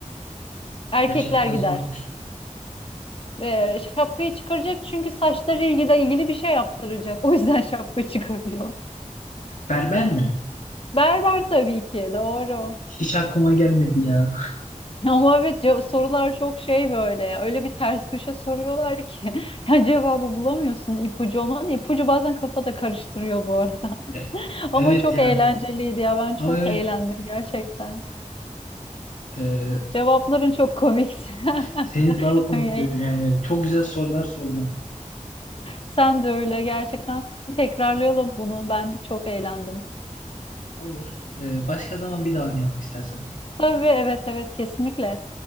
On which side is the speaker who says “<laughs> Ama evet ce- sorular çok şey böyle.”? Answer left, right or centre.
Left